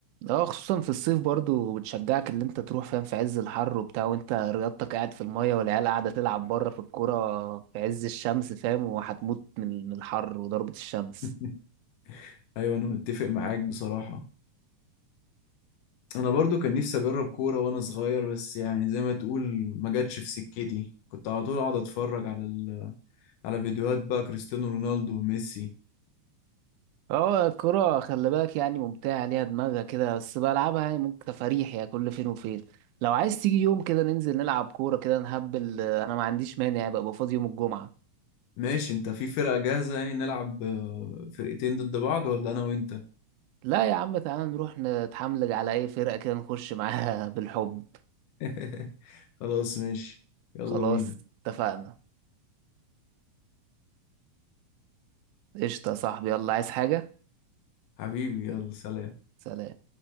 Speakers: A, on the right (about 80°); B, on the left (about 80°).
A: اه خصوصا في الصيف برضو بتشجعك اللي انت تروح فاهم في عز الحر وبتاع وانت رياضتك قاعد في المية والعيال قاعدة تلعب بره في الكورة في عز الشمس فاهم وهتموت من من الحر وضربة الشمس
B: <laughs> ايوه انا متفق معاك بصراحه انا برضو كان نفسي اجرب كوره وانا صغير بس يعني زي ما تقول ما جاتش في سكتي كنت على طول اقعد اتفرج على ال... على فيديوهات بقى كريستيانو رونالدو وميسي
A: اه الكرة خلي بالك يعني ممتعة ليها دماغها كده بس بلعبها يعني ممكن تفاريح يعني كل فين وفين لو عايز تيجي يوم كده ننزل نلعب كورة كده نهبل آه، انا ما عنديش مانع يعني ببقى فاضي يوم الجمعة
B: ماشي انت في فرقه جاهزه يعني نلعب آه، فرقتين ضد بعض ولا انا وانت
A: لا يا عم تعالى نروح نتحملج على اي فرقة كده نخش معاها <laughs> بالحب
B: <laughs> خلاص ماشي يلا
A: خلاص
B: بينا
A: اتفقنا قشطة يا صاحبي يلا عايز حاجة
B: حبيبي يلا سلام
A: سلام